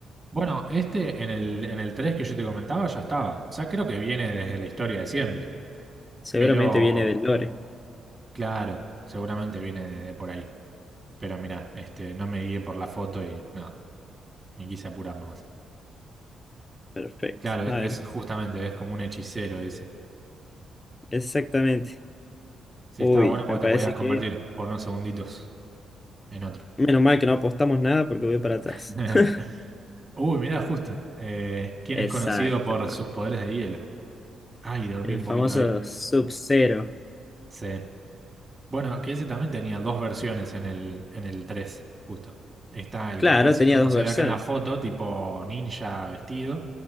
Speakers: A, on the right (about 35°); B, on the left (about 30°).
A: Bueno, este en el, en el 3 que yo te comentaba ya estaba. O sea, creo que viene desde la historia de siempre.
B: Seguramente
A: Pero,
B: viene del lore.
A: claro, seguramente viene de, de por ahí. Pero mira, este, no me guié por la foto y nada, me quise apurar nomás.
B: Perfecto.
A: Claro,
B: A
A: es,
B: ver,
A: es justamente, es como un hechicero, dice.
B: exactamente.
A: Sí,
B: Uy,
A: estaba bueno porque
B: me parece
A: te podías convertir
B: que.
A: por unos segunditos en otro.
B: Menos mal que no apostamos nada porque voy para atrás.
A: <laughs>
B: <laughs>
A: Uy, mirá, justo. Eh, ¿quién
B: Exacto.
A: es conocido por sus poderes de hielo? Ay, dormí
B: El
A: un
B: famoso
A: poquito ahí.
B: Sub-Zero.
A: Sí. Bueno, que ese también tenía dos versiones en el, en el 3, justo. Está el
B: Claro,
A: que está así
B: tenía
A: como
B: dos
A: se
B: versiones.
A: ve acá en la foto, tipo ninja vestido,